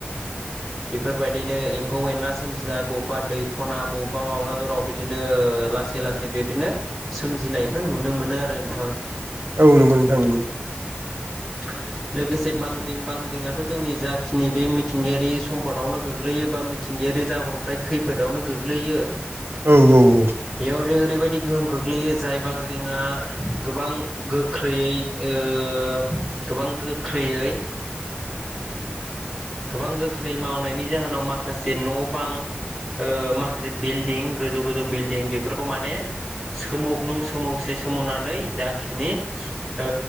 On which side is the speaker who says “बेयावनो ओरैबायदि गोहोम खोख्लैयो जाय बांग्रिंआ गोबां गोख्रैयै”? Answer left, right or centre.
Centre